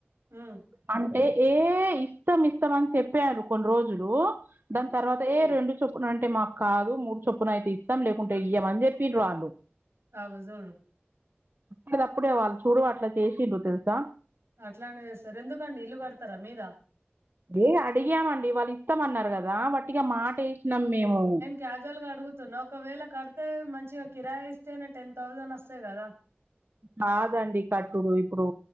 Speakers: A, on the right (about 85°); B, on the right (about 60°).
A: హ్మ్
B: అంటే, ఏ ఇస్తం, ఇస్తాం, అని, చెప్పారు. కొన్ని రోజులు, దానితర్వాత, ఏ రెండు చొప్పున అంటే మాకు కాదు మూడు చొప్పున అయితే ఇస్తాం. లేకుంటే ఇయ్యం అని చెప్పి వాళ్ళు
A: అగో జూడు
B: కదా, అప్పుడే, వాళ్ళు, చూడు, అట్లాచేసిండ్రు, తెలుసా,
A: అట్లానే, చేస్తారు. ఎందుకండి, ఇల్లు, కడతారా, మీద
B: ఏ, అడిగామండి. వాళ్ళు, ఇస్తామన్నారు, కదా, వట్టిగా, మాట, యేసినం, మేము,
A: క్యాజువల్గా, అడుగుతున్నా, ఒకవేళ, కడితే, మంచిగా, కిరాయి, ఇస్తేనే, టెన్ థౌసండ్ వస్తాయి. కదా,
B: కాదండి కట్టుడు ఇప్పుడు